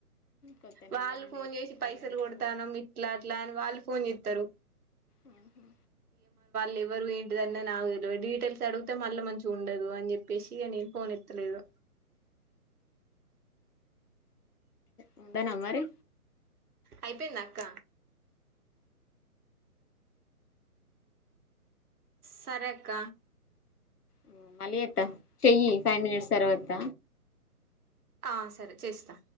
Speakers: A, on the left; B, on the right.
A: కొత్త నెంబర్
B: వాళ్ళు
A: నుండి
B: ఫోన్
A: ఎత్తాలంటే
B: జేసి పైసలు కొడతానం ఇట్ల అట్ల అని వాళ్ళు. ఫోన్ జేత్తరు
A: ఉహూ
B: లెవరు ఏంటిదన్నద్ నాకు దెల్ వద్ డీటెయ్ల్స్ అడుగుతే మళ్ళ మంచిగుండదు అని జెప్పేసి ఇగనేన్. పోనెత్త లేదు
A: ఉండనా మరి
B: అయ్ పెయ్ందాక్క. సరేక్క
A: ఉమ్ మళ్ళి జేత్త చెయ్యి ఫైవ్ మినిట్స్ తర్వాత.
B: ఆ సరే చేస్తా.